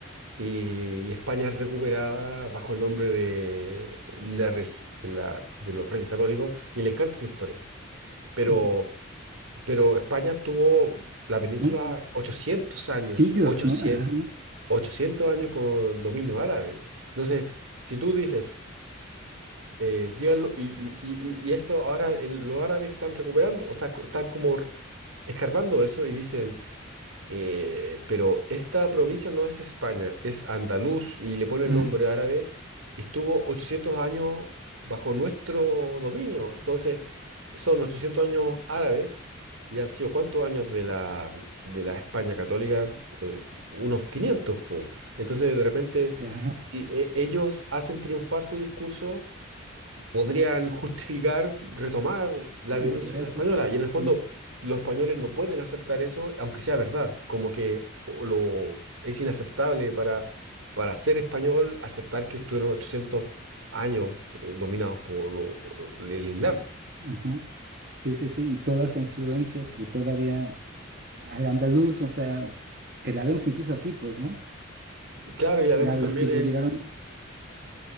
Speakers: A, on the right; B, on the right.
A: Y, y España es recuperada bajo el nombre de, la, regi- de, la- de los Reyes Católicos. Y le encanta esa historia. Pero,
B: Ujú.
A: pero España tuvo la península
B: Son-
A: 800 años,
B: Siglos,
A: 800,
B: ¿no? Ajá,
A: 800 años con dominio árabe. Entonces, si tú dices, eh, llegan lo- y, y, y- y eso ahora el- los árabes están recuperando, o sea, co- están como escarbando eso y dicen, eh, pero esta provincia no es España, es Andaluz y le ponen
B: mm,
A: el nombre árabe y estuvo 800 años bajo nuestro dominio. Entonces, son 800 años árabes y han sido cuántos años de la, de la España católica, Eh, unos 500, po. Entonces, de repente,
B: claro,
A: si e- ellos hacen triunfar su discurso, podrían justificar retomar la
B: un
A: península
B: regreso.
A: española. Y en el fondo,
B: mm,
A: los españoles no pueden aceptar eso, aunque sea verdad. Como que o- lo, es inaceptable para, para ser español aceptar que estuvieron 800 años eh, dominados por, lo- por el Islam.
B: Ajá. Sí, sí, sí, y toda esa influencia que todavía al andaluz, o sea, que la vemos incluso aquí, pues, ¿no?
A: Claro, y la
B: La-
A: vemos
B: los
A: también
B: que ellos
A: en...
B: llegaron